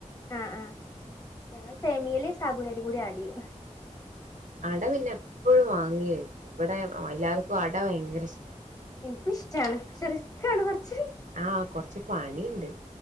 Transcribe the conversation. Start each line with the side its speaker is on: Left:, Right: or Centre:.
Left: ആഹ് ആ ഞങ്ങൾ സേമിയല് സാബുനരിയും കൂടി ആടെയ്യും
Right: അട പിന്നെ എപ്പഴും വാങ്ങി വെക്കും ഇവിടെ എല്ലാവർക്കും അട വയങ്കര ഇഷ്ട
Left: എൻക്കു ഇഷ്ടാണ് പക്ഷെ റിസ്ക് ആണ് കൊർച്ച്
Right: ആഹ് കൊറച്ച് പണിണ്ട്